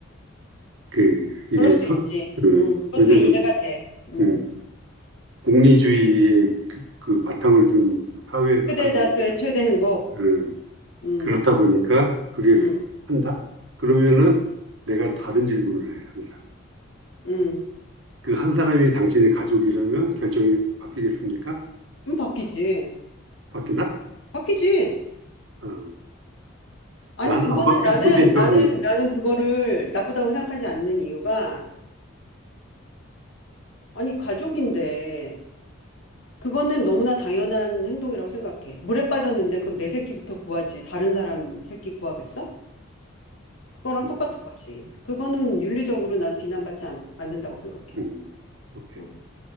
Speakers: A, on the right; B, on the left.
A: 그, 이게,
B: 그럴 수
A: 서-
B: 있지.
A: 그,
B: 응. 그것도
A: 왜냐면,
B: 이해가 돼. 응.
A: 음, 공리주의의 그, 그 바탕을 둔 사회에서
B: 최대
A: 살다
B: 다수의
A: 보니까,
B: 최대 행복.
A: 음,
B: 응,
A: 그렇다 보니까 그게
B: 응,
A: 한다? 그러면은 내가 다른 질문을 해, 항상.
B: 응.
A: 그 한 사람이 당신의 가족이라면 결정이 바뀌겠습니까?
B: 그럼 바뀌지.
A: 바뀌나?
B: 바뀌지.
A: 어,
B: 아니,
A: 나는
B: 그거는
A: 안 바뀔
B: 나는,
A: 수도 있다고
B: 나는,
A: 생각해.
B: 나는 그거를 나쁘다고 생각하지 않는 이유가, 아니, 가족인데, 그거는 너무나 당연한 행동이라고 생각해. 물에 빠졌는데 그럼 내 새끼부터 구하지. 다른 사람 새끼 구하겠어? 그거랑
A: 음,
B: 똑같은 거지. 그거는 윤리적으로 난 비난받지 않, 않는다고 생각해.
A: 음, 오케이.
B: 어.